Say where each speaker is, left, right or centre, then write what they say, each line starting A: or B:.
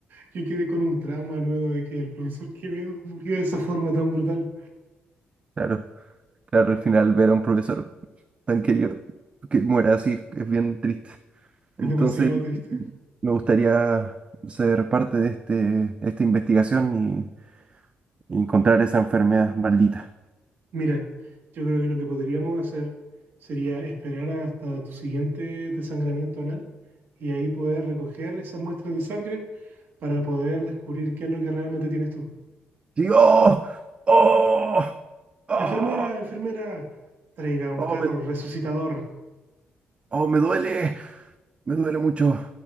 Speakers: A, on the right; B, on the right.
A: yo quedé con un trauma luego de que el profesor Quevedo murió de esa forma tan brutal.
B: claro, claro, al final ver a un profesor tan querido que muera así es bien triste. Entonces,
A: Es demasiado triste.
B: me gustaría ser parte de este, esta investigación y, y encontrar esa enfermedad maldita.
A: Mira, yo creo que lo que podríamos hacer sería esperar hasta tu siguiente desangramiento anal y ahí poder recoger esas muestras de sangre para poder descubrir qué es lo que realmente tienes tú.
B: Sí, ¡oh! ¡Oh! ¡Oh!
A: Enfermera, enfermera, traiga un
B: ¡Oh,
A: carro
B: me,
A: resucitador.
B: oh, me duele! Me duele mucho.